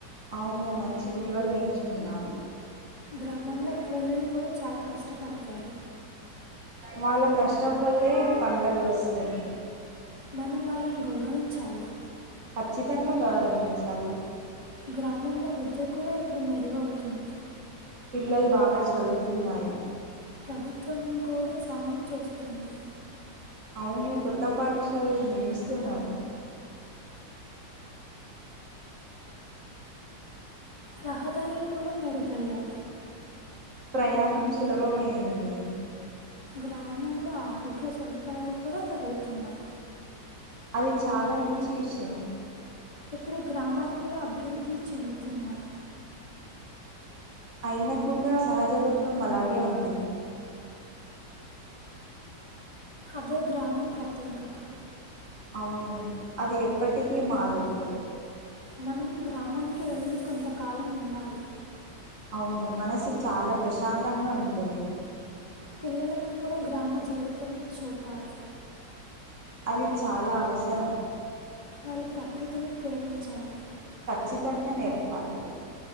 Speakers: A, on the right; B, on the left.
A: అవును మంచి విలువలు నేర్చుకున్నాము
B: గ్రామంలో కూలీలు కూడా చాలా కష్టపడతారు
A: వాళ్ళ కష్టం వల్లే పంటలు వస్తాయి
B: మనం వాళ్ళని గౌరవించాలి
A: ఖచ్చితంగా గౌరవించాలి
B: గ్రామంలో విద్య కూడా ఇప్పుడు మెరుగవుతుంది
A: పిల్లలు బాగా చదువుతున్నారు
B: ప్రభుత్వం కూడా సాయం చేస్తుంది
A: అవును కొత్త పాఠశాలలు నిర్మిస్తున్నారు
B: రహదారులు కూడా మెరుగయ్యాయి
A: ప్రయాణం సులభమైంది
B: గ్రామంలో ఆరోగ్య సదుపాయాలు కూడా పెరుగుతున్నాయి
A: అది చాలా మంచి విషయం
B: ఇప్పుడు గ్రామాలు కూడా అభివృద్ధి చెందుతున్నాయి
A: అయినా కూడా సహజతత్వం అలాగే ఉంది
B: అదే గ్రామం ప్రత్యేకత
A: అవును అది ఎప్పటికీ మారదు
B: మనం గ్రామానికి వెళ్ళి కొంతకాలం ఉండాలి
A: అవును మనసు చాలా ప్రశాంతంగా ఉంటుంది
B: పిల్లలకు కూడా గ్రామ జీవితం చూపాలి
A: అది చాలా అవసరం
B: వాళ్ళు ప్రకృతిని ప్రేమించాలి
A: ఖచ్చితంగా నేర్పాలి